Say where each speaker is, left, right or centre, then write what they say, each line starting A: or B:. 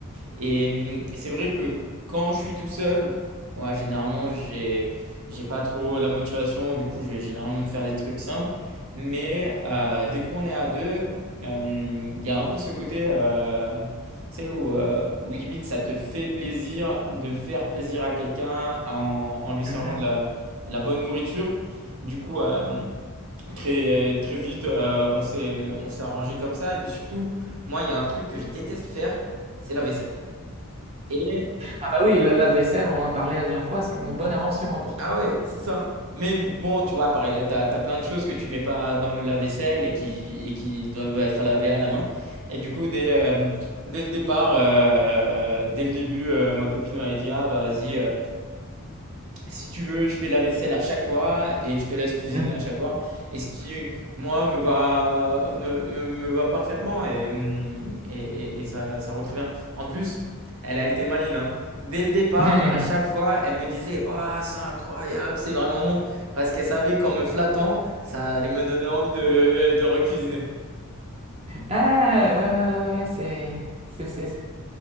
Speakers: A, on the right (about 70°); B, on the right (about 30°).
A: Et hum, c'est vrai que quand je suis tout seul, ouais, généralement, j'ai, j'ai pas trop la motivation. Du coup, je vais généralement me faire des trucs simples. Mais euh, dès qu'on est à deux, euh, il y a un peu ce côté. euh, tu sais, où, euh, où limite ça te fait plaisir de faire plaisir à quelqu'un en, en lui servant
B: Mhm.
A: de la, de la bonne nourriture. Du coup, euh, très, très vite, euh, on s'est, on s'est arrangé comme ça. Et puis surtout, moi, il y a un truc que je déteste faire, c'est la vaisselle. Et,
B: Ah bah oui, le lave-vaisselle, on en a parlé la dernière fois, c'est une bonne invention hein, pour toi.
A: ah ouais, c'est ça. Mais bon, tu vois, pareil, t'as, t'as plein de choses que tu mets pas dans le lave-vaisselle et qui, et qui doivent être à laver à la main. Et du coup, dès, euh, dès le départ, euh, dès le début, euh, ma copine m'avait dit, ah bah vas-y. euh, Si tu veux, je fais la vaisselle à chaque fois et je te laisse cuisiner
B: Mhm.
A: à chaque fois. Et ce qui, moi, me va, me, me, me va parfaitement et, hum, et, et- et ça, ça roule très bien. En plus, elle a été maline, hein. Dès le départ,
B: <laughs>
A: à chaque fois, elle me disait, Oh, c'est incroyable, c'est vraiment bon. Parce qu'elle savait qu'en me flattant, ça allait me donner envie de, de recuisiner.
B: Ah ouais, ouais, ouais, ouais, ouais, c'est, c'est, c'est-